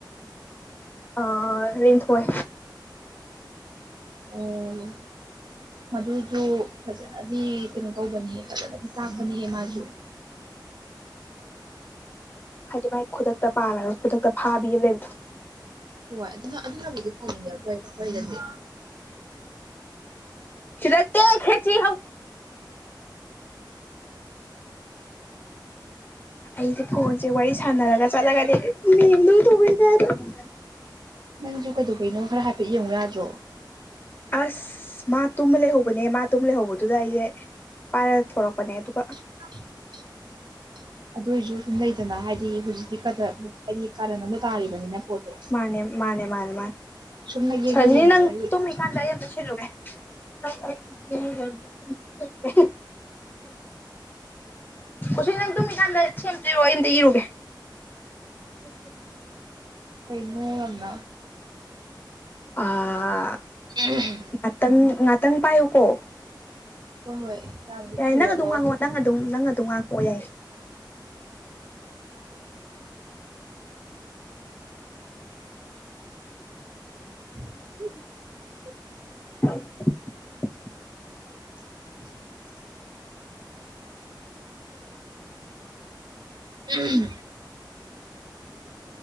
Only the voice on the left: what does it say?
ꯑ ꯔꯤꯡꯊꯣꯏ
ꯍꯥꯏꯗꯤ ꯃꯥꯏ ꯈꯨꯗꯛꯇ ꯄꯥꯔꯒ ꯈꯨꯗꯛꯇ ꯐꯥꯕꯤ ꯑꯃ ꯂꯩꯕꯗꯣ
ꯁꯤꯗ <unintelligible> ꯑꯩꯁꯦ ꯐꯣꯟꯁꯦ ꯋꯥꯔꯤ ꯁꯥꯟꯅꯔꯒ ꯆꯠꯂꯒꯅꯦ <unintelligible>
ꯑꯁ ꯃꯥ ꯇꯨꯝꯕ ꯂꯩꯍꯧꯕꯅꯦ ꯃꯥ ꯇꯨꯝ ꯂꯩꯍꯧꯕꯗꯨꯗ ꯑꯩꯁꯦ ꯄꯥꯏꯔ ꯊꯣꯔꯛꯄꯅꯦ ꯑꯗꯨꯒ
ꯃꯥꯅꯦ ꯃꯥꯅꯦ ꯃꯥꯅꯦ ꯃꯥꯅꯦ
ꯁꯖꯤꯅꯤ
ꯅꯪ ꯇꯨꯝꯃꯤꯀꯥꯟꯗ ꯑꯩ ꯑꯝ ꯁꯤꯜꯂꯨꯒꯦ <unintelligible> ꯈꯨꯁꯤ ꯅꯪ ꯇꯨꯝꯃꯤ ꯏꯀꯥꯟꯗ ꯁꯦꯝꯗꯣꯏꯔꯣ ꯑꯝꯗ ꯏꯔꯨꯒꯦ <inaudible>
ꯑ
ꯉꯥꯛꯇꯪ ꯉꯥꯛꯇꯪ ꯄꯥꯏꯌꯨꯀꯣ
ꯌꯥꯏ
ꯅꯪ ꯑꯗꯨꯝ ꯉꯥꯡꯉꯛꯑꯣ ꯅꯪ ꯑꯗꯨꯝ ꯅꯪ ꯑꯗꯨꯝ ꯉꯥꯡꯉꯛꯑꯣ ꯌꯥꯏ
<inaudible>